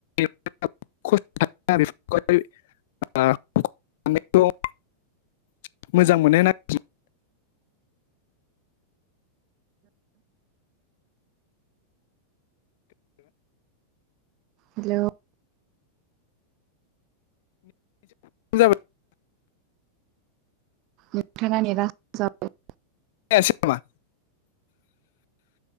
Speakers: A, on the left; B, on the right.
A: <unintelligible> <unintelligible> मोजां मोननाय नागि
B: हेल'।
A: जाबाय
B: नोंथांनानै <unintelligible> राज जाबाय
A: <unintelligible>